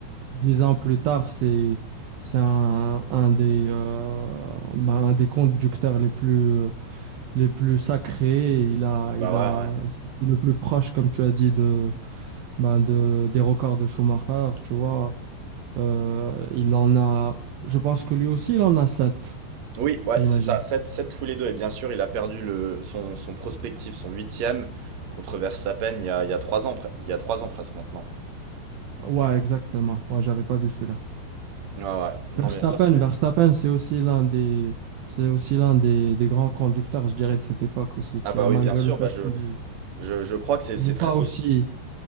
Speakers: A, on the right; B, on the right.
A: Dix ans plus tard, c'est, c'est un, un des, euh, bah, un des conducteurs les plus, les plus sacrés. Et Il a,
B: Bah
A: il
B: ouais,
A: a,
B: ouais.
A: c'est le plus proche, comme tu as dit, de, bah, de, des records de Schumacher, tu vois. Euh, il en a, je pense que lui aussi, il en a sept,
B: Oui, ouais,
A: j'imagine.
B: c'est ça, sept 7 tous les deux. Et bien sûr, il a perdu le, son, son prospectif, son huitième, contre Verstappen il y a, il y a trois ans, pre- il y a trois ans presque maintenant.
A: Ouais, exactement. Ouais, j'avais pas vu celui-là.
B: Ouais, ouais. Non,
A: Verstappen,
B: bien sûr, c'était.
A: Verstappen, c'est aussi l'un des, c'est aussi l'un des, des grands conducteurs, je dirais, de cette époque aussi,
B: Ah
A: tu
B: bah
A: vois,
B: oui,
A: malgré
B: bien sûr,
A: le fait
B: bah je,
A: qu'il
B: je, je crois que c'est
A: il
B: c'est
A: n'est
B: très
A: pas
B: possible.
A: aussi,